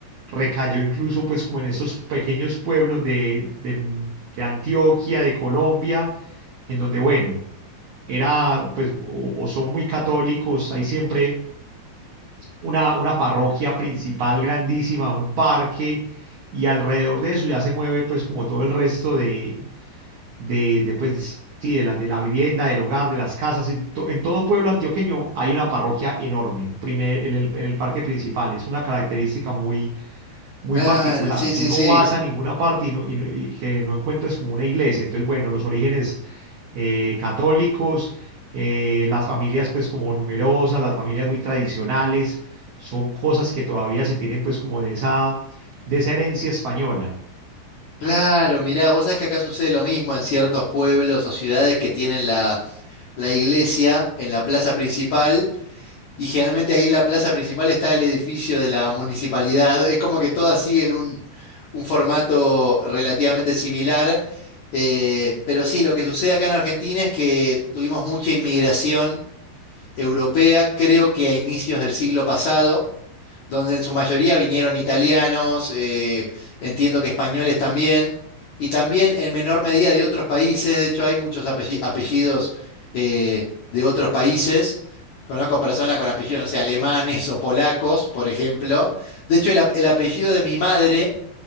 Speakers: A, on the right; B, on the left.
A: recayó incluso pues como en estos pequeños pueblos de, de- de Antioquia, de Colombia, en donde bueno, era pues o, o son muy católicos, hay siempre una, una parroquia principal grandísima, un parque y alrededor de eso ya se mueve pues como todo el resto de, de, de, pues, de- sí, de la, de la vivienda, del hogar, de las casas, en, to- en todo pueblo antioqueño hay una parroquia enorme, primer, en el, en el parque principal, es una característica muy muy
B: Claro,
A: particular.
B: sí, sí,
A: Tú no
B: sí.
A: vas a ninguna parte y, no- y no- y que no encuentres como una iglesia. Entonces, bueno, los orígenes eh, católicos, eh, las familias pues como numerosas, las familias muy tradicionales, son cosas que todavía se tienen pues como de esa, de esa herencia española.
B: Claro, mirá, vos sabés que acá sucede lo mismo en ciertos pueblos o ciudades que tienen la, la iglesia en la plaza principal Y generalmente ahí en la plaza principal está el edificio de la municipalidad. Es como que todas siguen un, un formato relativamente similar. Eh, pero sí, lo que sucede acá en Argentina es que tuvimos mucha inmigración europea, creo que a inicios del siglo pasado donde en su mayoría vinieron italianos, eh, entiendo que españoles también, y también en menor medida de otros países, de hecho hay muchos apelli- apellidos eh, de otros países. Conozco personas con apellidos, no sé, alemanes o polacos, por ejemplo. De hecho, el, ap- el apellido de mi madre